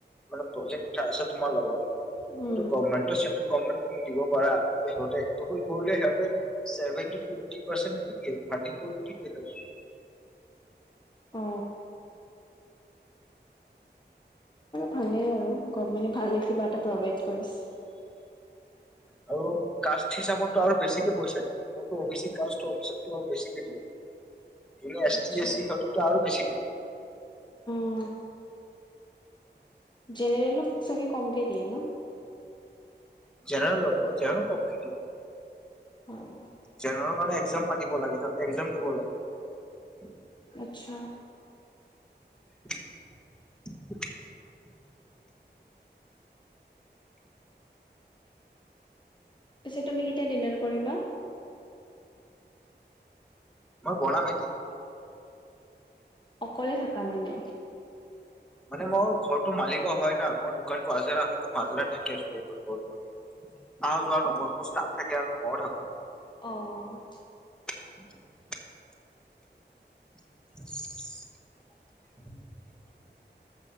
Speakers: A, in the centre; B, on the left.
A: মানে প্ৰজেক্ট এটা আছে তোমাৰ লগত তোমাৰ
B: উম
A: তো গভমেন্টৰ চেলাৰী িন দিব পাৰা স কৰিলে সিহভে <unintelligible> সেইটোৱে এইট পাৰ্চেন্ট দি দিয়ে ফান্ডিং কৰিব দি দিয়ে সিহঁতক
B: অ ভালে আৰু গভমেণ্টে ভালে কিবা এটা প্ৰভাইড কৰিছে।
A: হেল্ল কাষ্ট হিচাপতো আৰু বছিক কে পইচা দিয়ে মোৰতো অ কা অ আৰু বছিক দিয়ে। জুনে এছ
B: আচ্ছা
A: টি এছ চি সিহঁতক আৰু বেছিকে দিয়ে
B: উ জেনেৰেলো চাগ কমকে দিয়ে ন?
A: যেনে ল যন কম কেট <unintelligible>
B: হয়
A: জেনাৰেলৰ কাৰণে একজাম পাতিব লাগে সিহতে একজাম দিব লাগে
B: আচ্ছা
A: <inaudible>
B: পিছে তুমি কেতিয়া ডিনাৰ কৰিবা?
A: মই বনাম এতিয়া
B: অকলে থাকা মানে
A: মানে মোৰ ঘৰটো মালিগাও হয় ন মোৰ দোকানটো আজৰা হয় মই আজৰা থাকি আছো ঘৰটো মানে আহা যোৱা নকৰো মোৰ ষ্টাফ থাকে আৰু মই ও থাকো
B: অ'।
A: <inaudible> <inaudible>